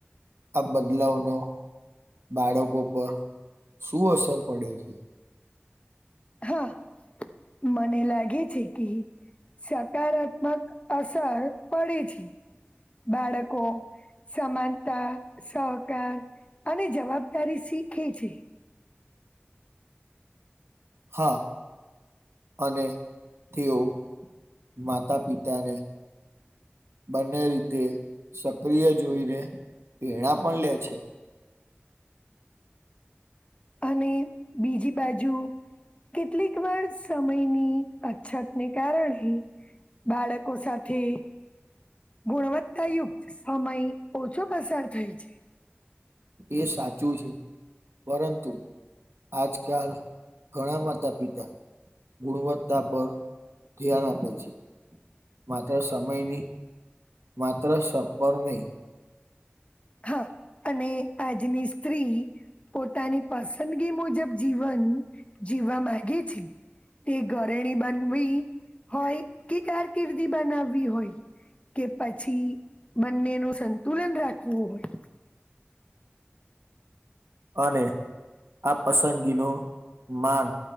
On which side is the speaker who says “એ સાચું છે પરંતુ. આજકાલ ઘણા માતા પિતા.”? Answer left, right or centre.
Right